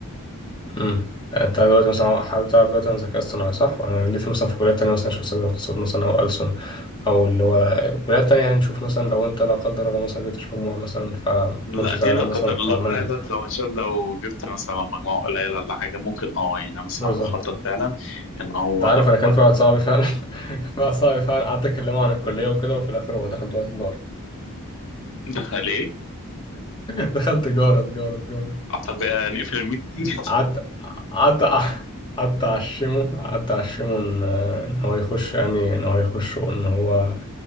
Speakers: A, on the left; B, on the left.
A: امم انت دلوقتي مثلا حابب تعرف دلوقتي عن الذكاء الاصطناعي صح ولا نلف مثلا في كليات تانية مثلا نشوف حساب الاقتصاد مثلا او ألسن او اللي هو كليات تانية يعني نشوف مثلا لو انت لا قدر الله مثلا جبتش مجموعة مثلا فمتكونش
B: لا دي
A: زعلان
B: لا قدر
A: مثلا كنا
B: الله
A: عملنا
B: فعلا لو عشان لو جبت مثلا مجموعة قليلة ولا حاجة ممكن اه يعني أنا مثلا
A: بالظبط
B: مخطط فعلا ان هو
A: انت عارف
B: لو
A: انا كان في واحد صاحبي فعلا <laughs> كان في واحد صاحبي فعلا قعدت اكلمه عن الكليه وكده وفي الاخر هو دخل دلوقتي تجاره
B: دخل ايه
A: <laughs> دخل تجاره تجاره تجاره
B: آه، طب آه، نقفل الميتنج
A: <laughs> قعدت
B: <laughs>
A: قعدت قعدت اعشمه قعدت اعشمه ان ان هو يخش يعني ان هو يخش وان هو